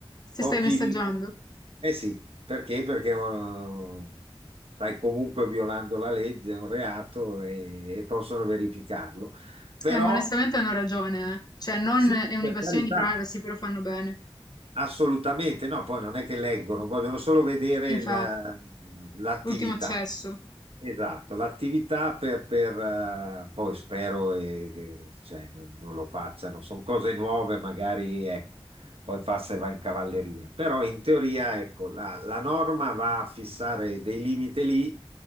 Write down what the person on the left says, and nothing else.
Se
stai messaggiando.
Eh, ma onestamente hanno ragione, eh. Cioè, non
è un'invasione
di privacy, però fanno bene.
Infatti,
l'ultimo accesso.